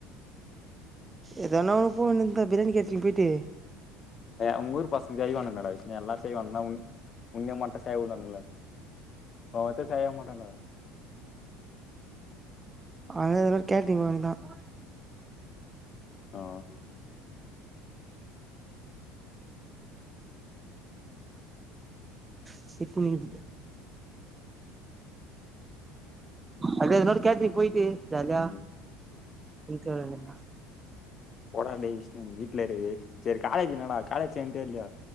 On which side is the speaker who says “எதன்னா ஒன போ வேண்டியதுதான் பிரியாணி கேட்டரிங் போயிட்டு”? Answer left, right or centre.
Right